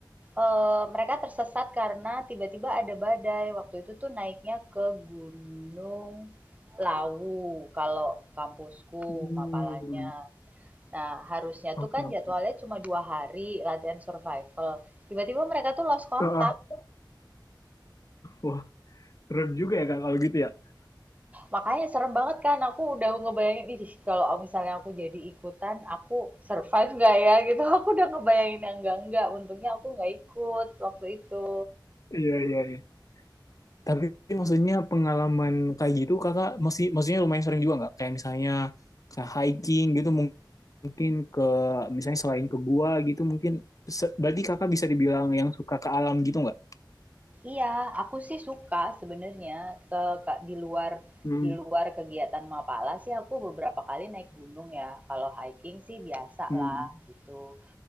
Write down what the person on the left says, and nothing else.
hmm
oke
oke
Ah, ah. wah keren juga ya kak kalau gitu ya <laughs>
Iya, iya, iya. Tapi maksudnya pengalaman kayak gitu kakak masih maksudnya lumayan sering juga nggak? Kayak misalnya kayak hiking gitu mungkin ke misalnya selain ke gua gitu mungkin berarti kakak bisa dibilang yang suka ke alam gitu nggak?
Hmm,
hmm,